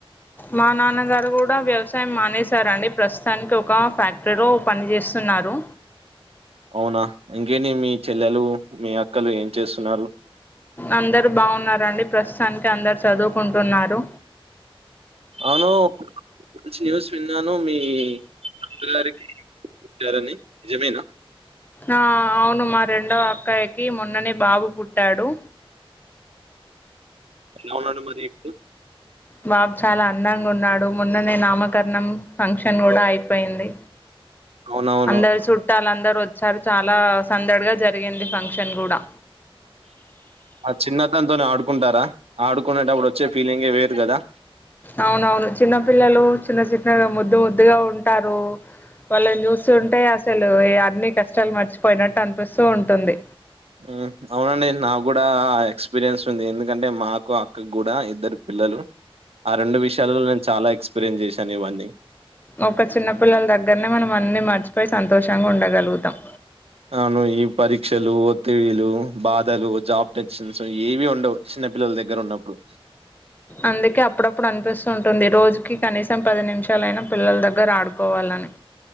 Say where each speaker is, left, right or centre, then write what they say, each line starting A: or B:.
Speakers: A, on the left (about 20°); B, on the right (about 80°).
A: మా నాన్నగారు కూడా వ్యవసాయం మానేశారండి, ప్రస్తుతానికి ఒక ఫ్యాక్టరీలో పని చేస్తున్నారు.
B: అవునా ఇంకేని మీ చెల్లెలు మీ అక్కలు ఏం చేస్తున్నారు
A: అందరు బాగున్నారండి ప్రస్తుతానికి అందరు చదువుకుంటున్నారు
B: అవును మంచి న్యూస్ విన్నాను మీ అత్త గారికిచ్చారని నిజమేనా
A: ఆ అవును మా రెండో అక్కాయికి మొన్ననే బాబు పుట్టాడు
B: వుణడు మధ ఇప్పు
A: బాబు చాలా అందంగా ఉన్నాడు మొన్ననే నామకరణం ఫంక్షన్ కూడా అయిపోయింది
B: అవునవును.
A: అందరు చుట్టాల అందరు వచ్చారు చాలా సందడిగా జరిగింది ఫంక్షన్ కూడా
B: ఆ చిన్నతనంతోనే ఆడుకుంటారా ఆడుకునేటప్పుడు వచ్చే ఫీలింగే వేరు కదా
A: అవునవును చిన్న పిల్లలు చిన్న చిన్నగా ముద్దు ముద్దుగా ఉంటారు, వాళ్ళని చూస్తు ఉంటే అసలు అన్ని కష్టాలు మర్చిపోయినట్టు అనిపిస్తూ ఉంటుంది.
B: మ్ అవునండి నాగూడా ఎక్స్పీరియన్స్ ంది ఎందుకంటే మాకు అక్కకు కూడా ఇద్దరు పిల్లలు ఆ రెండు విషయాలలో నేన్ చాలాక్స్ ఎక్స్పీయన్ చేసా ఇవన్నీ
A: ఒక చిన్న పిల్లల దగ్గరనే మనం అన్ని మర్చిపోయి సంతోషంగా ఉండగలుగుతాం
B: అవును ఈ పరీక్షలు ఒత్తిడిలు బాధలు జాబ్ టెన్షన్స్ ఏవి ఉండవు చిన్న పిల్లల దగ్గర ఉన్నప్పుడు
A: అందుకే అప్పుడప్పుడు అనిపిస్తుంటుంది రోజు కనీసం పది నిమిషాలయినా పిల్లల దగ్గర ఆడుకోవాలని